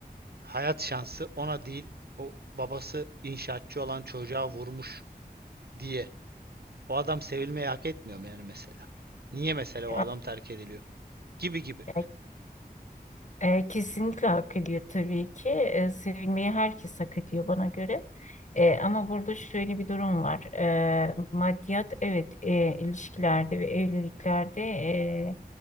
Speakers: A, on the right (about 75°); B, on the left (about 50°).
A: hayat şansı ona değil, o babası inşaatçı olan çocuğa vurmuş diye. O adam sevilmeyi hak etmiyor mu yani mesela? Niye mesela
B: Ya,
A: o adam terk ediliyor? gibi gibi.
B: ya E, kesinlikle hak ediyor tabii ki. E, sevilmeyi herkes hak ediyor bana göre. E, ama burada şöyle bir durum var. E, maddiyat evet e, ilişkilerde ve evliliklerde e,